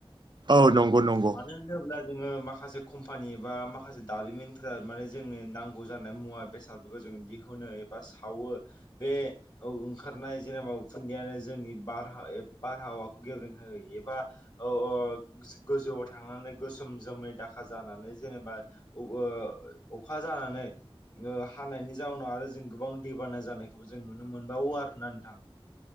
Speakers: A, on the right; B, on the left.
A: औ नंगौ नंगौ
B: मानो होनोब्ला जोङो माखासे कम्पानि बा माखासे दारिमिनफोरा माने जोंनो नांगौ जानाय मुवा बेसाद फोरखौ जों दिहुनो एबा सावो बे ओंखारनाय जेनेबा उखुन्दैयानो जोंनि बारहावा बारहावाखौ गेब्रें होयो एबा ओ गोजौआव थांनानै गोसो- सोम जोमै दाखा जानानै जेनेबा ओ अखा जानानै हानायनि जाउनाव आरो जों गोबां दैबाना जानायखौबो जों नुनो मोनबावो आरोना नोंथां